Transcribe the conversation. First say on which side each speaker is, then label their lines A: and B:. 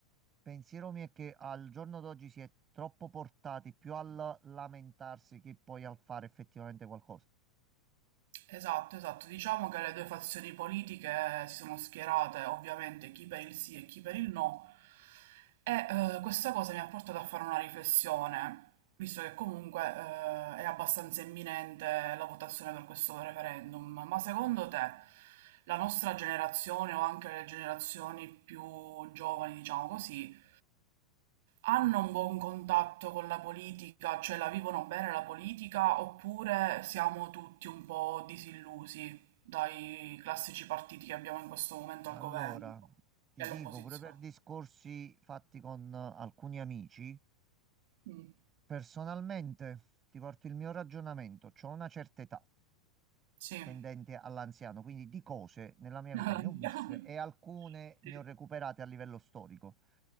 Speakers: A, on the right; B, on the right.
A: pensiero mio è che al giorno d'oggi si è troppo portati più al lamentarsi che poi al fare effettivamente qualcosa.
B: Esatto, esatto. Diciamo che le due fazioni politiche si sono schierate, ovviamente, chi per il sì e chi per il no. E eh, questa cosa mi ha portato a fare una riflessione visto che comunque eh, è abbastanza imminente la votazione per questo referendum, ma secondo te la nostra generazione o anche le generazioni più giovani, diciamo così, hanno un buon contatto con la politica, cioè la vivono bene la politica, oppure siamo tutti un po' disillusi dai classici partiti che abbiamo in questo momento
A: Allora,
B: al governo
A: ti
B: e all'opposizione?
A: dico, pure per discorsi fatti con eh, alcuni amici,
B: Mm,
A: personalmente ti porto il mio ragionamento, ho una certa età.
B: sì.
A: tendente all'anziano, quindi di cose nella
B: <laughs>
A: mia
B: No,
A: vita ne
B: no.
A: ho viste e alcune
B: Sì.
A: ne ho recuperate a livello storico.